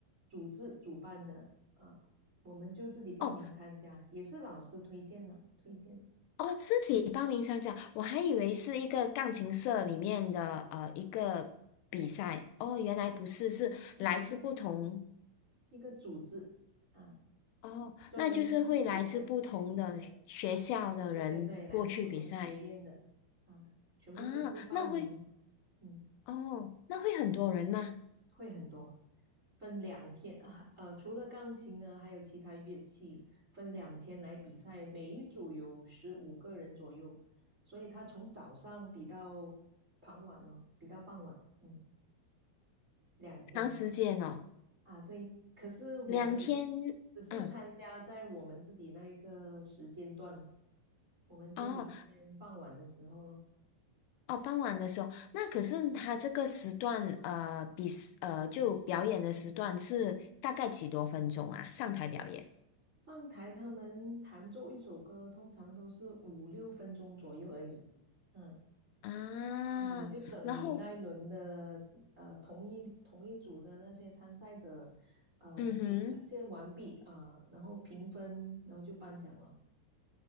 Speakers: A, on the right; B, on the left.
A: 组织主办的，呃，我们就自己报名参加，
B: 哦
A: 也是老师推荐的，推荐，
B: 哦，自己报名参加，我还以为是一个钢琴社里面的呃一个比赛。哦，原来不是，
A: 嗯，
B: 是来自不同。
A: 一个一个组织啊，
B: 哦，
A: 专门举办这些比赛的，
B: 那就是会来自不同的学学校的人过去比赛
A: 对对对，来自不同学院的啊，全部各自报名，
B: 啊。那会
A: 嗯。
B: 哦，那会很多人吗？
A: 会很多，分两天啊，呃，除了钢琴呢，还有其他乐器，分两天来比赛，每一组有十五个人左右，所以他从早上比到傍晚哦，比到傍晚，嗯，两天
B: 长时间哦，
A: 啊，对。可是我们只是
B: 两天。
A: 只是参加在我们自己那一个时间段，
B: 嗯。
A: 我们就明天傍晚的时候咯。
B: 哦哦，傍晚的时候，那可是他这个时段，呃，比呃就表演的时段是大概几多分钟啊？上台表演
A: 上台他们弹奏一首歌，通常都是五六分钟左右而已。嗯，
B: 啊，
A: 啊，你就等你那一轮的呃同一同一组的那些参赛者，
B: 然后
A: 呃呈呈现完毕啊、
B: 嗯哼，
A: 然后评分，然后就颁奖了。